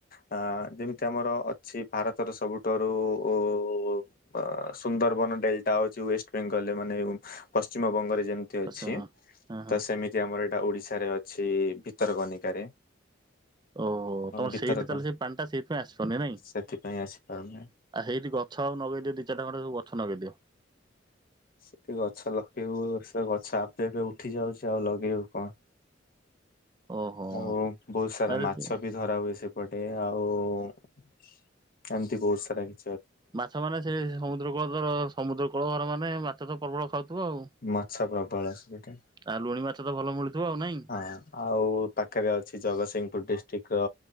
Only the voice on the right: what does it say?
ଆଚ୍ଛା। ହଁ ହଁ
ଓହୋ, ତମର
ସେଇଠି ତାହେଲେ ସେଇ ପାଣି ଟା ସେଇଥିପାଇଁ ଆସିିପାରୁନି ନାଇଁ?
ଆ ହେଇଠି ଗଛ ଆଉ ନଗେଇଦିଅ ଦି ଚାରିଟା ଖଣ୍ଡେ, ସବୁ ଗଛ ନଗେଇଦିଅ।
ଓହୋ
ନା ଯଦି
ମାଛ ମାନେ ସେ ସମୁଦ୍ର କୂଳ ତରସ୍ ସମୁଦ୍ର କୂଳ ଘର ମାନେ, ମାଛ ତ ପ୍ରବଳ ଖାଉଥିବ ଆଉ?
ଆଉ ଲୁଣି ମାଛ ତ ଭଲ ମିଳୁଥିବ ଆଉ ନାଇଁ?